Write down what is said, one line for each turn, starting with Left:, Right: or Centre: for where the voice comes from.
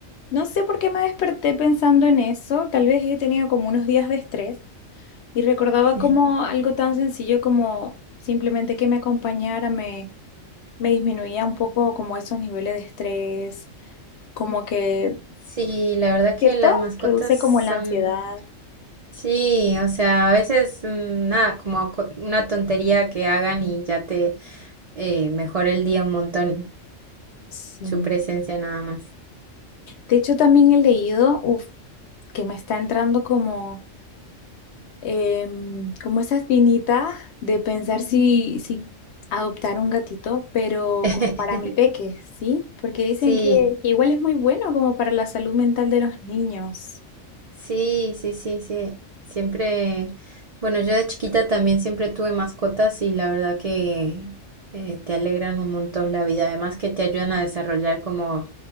Left: no sé por qué me desperté pensando en eso. Tal vez he tenido como unos días de estrés y recordaba
Right: <laughs>
Left: como
Right: Sí.
Left: algo tan sencillo como simplemente que me acompañara, me, me disminuía un poco como esos niveles de estrés, como que,
Right: Sí, la verdad que
Left: ¿cierto?
Right: las mascotas
Left: Reduce
Right: son,
Left: como la ansiedad.
Right: sí, o sea, a veces mm, nada, como co- una tontería que hagan y ya te eh, mejora el día un montón,
Left: Sí.
Right: su presencia nada más.
Left: De hecho, también he leído, uf que me está entrando como em, como esa espinita de pensar si, si adoptar un gatito, pero
Right: <laughs>
Left: como para mi peque, ¿sí? Porque dicen
Right: Sí.
Left: que igual es muy bueno como para la salud mental de los niños.
Right: Sí, sí, sí, sí. Siempre, bueno, yo de chiquita también siempre tuve mascotas y la verdad que eh, te alegran un montón la vida, además que te ayudan a desarrollar como